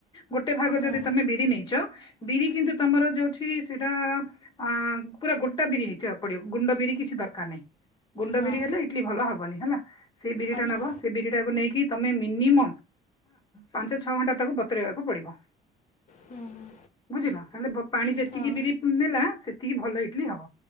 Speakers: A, on the left; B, on the left.
A: ଗୋଟେ ଭାଗ
B: ହୁଁ
A: ଯଦି ତମେ ବିରି ନେଇଛ। ବିରି କିନ୍ତୁ ତମର ଯୋଉ ଅଛି ସେଇଟା ଅ ପୁରା ଗୋଟା ବିରି ନେଇିବାକୁ ପଡିବ ଗୁଣ୍ଡ ବିରି କିଛି ଦରକାର ନାହିଁ। ଗୁଣ୍ଡ
B: ହଁ
A: ବିରି ହେଲେଇଲି ଭଲ ହବନି। ହେଲା ସେଇ ବିରିଟା
B: ଆଚ୍ଛା
A: ନବ ସେ ବିରି ଟାକୁ ନେଇକି। ତମେ ମିନିମମ ପାଞ୍ଚ ଛଅ ଘଣ୍ଟା। ତାକୁ ବତୁରେଇବାକୁ ପଡିବ।
B: ହୁଁ ହୁଁ
A: ବୁଝିଲ ହେଲେ ପାଣି ଯେତିକି
B: ହଁ
A: ବିରି ନେଲା ସେ। ଏତିକି ଭଲ ଇଡଲି ହବ